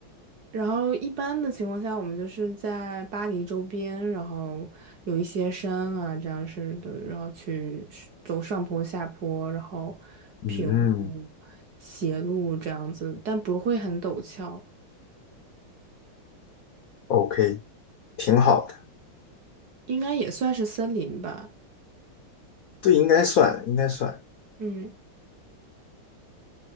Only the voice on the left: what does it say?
嗯
，OK，挺好的。
对，应该算，应该算。